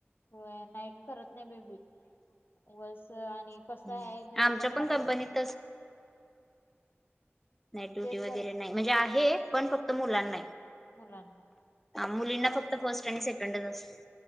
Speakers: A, on the left; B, in the centre.
A: होय नाईट करत नाही बाई मी उगच. आणि कसं
B: हम्म.
A: आहे घरी
B: आमच्या
A: पण मम्मी.
B: कंपनीत नाइट ड्युटी
A: तेच
B: वगैरे
A: बरं
B: नाही
A: प-
B: म्हणजे आहे पण फक्त मुलांनाय.
A: मुलांना
B: हा मुलींना फक्त फर्स्ट आणि सेकंडच असते.